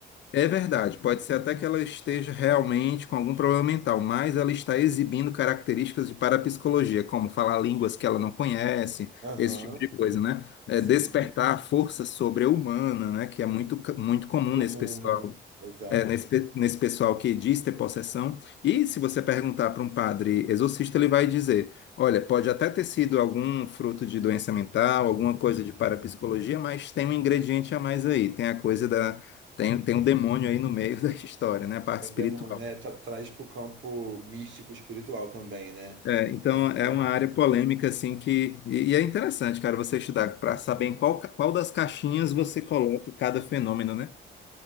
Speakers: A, on the left; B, on the right.
A: é verdade, pode ser até que ela esteja realmente com algum problema mental, mas ela está exibindo características de parapsicologia, como falar línguas que ela não conhece,
B: Aham,
A: esse tipo de coisa, né? É,
B: sim,
A: despertar a força sobre-humana, né? Que é muito, ca- muito comum
B: comum,
A: nesse pessoal
B: né? Exato.
A: é, nesse, pe- nesse pessoal que diz ter possessão. E se você perguntar para um padre exorcista, ele vai dizer: olha, pode até ter sido algum fruto de doença mental, alguma coisa de parapsicologia, mas tem um ingrediente a mais aí, tem a coisa da. Tem, tem um demônio aí no meio <laughs> da história, né? A parte
B: Perdemos,
A: espiritual.
B: né? Tra traz para o campo místico espiritual também, né?
A: É, então
B: Essa relação.
A: é uma área polêmica assim que e, e é interessante, cara, você estudar para saber em qual, ca- qual das caixinhas você coloca cada fenômeno, né?